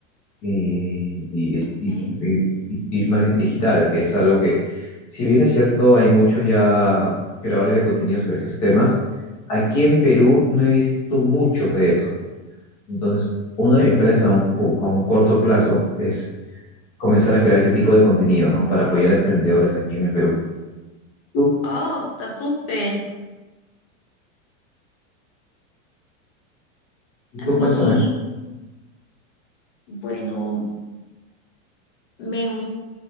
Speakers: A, on the left; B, on the left.
A: y, y, es- y-
B: Ok.
A: y- y- y el marketing digital, que es algo que, si bien es cierto, hay muchos ya creadores de contenido sobre estos temas, aquí en Perú no he visto muchos de esos. Entonces, uno de mis planes a un, pu- a un corto plazo es comenzar a crear ese tipo de contenido, ¿no? Para apoyar a emprendedores aquí en el Perú. Tú,
B: Oh, está súper.
A: y
B: A
A: tú
B: mí,
A: cuéntame.
B: bueno, me gusta,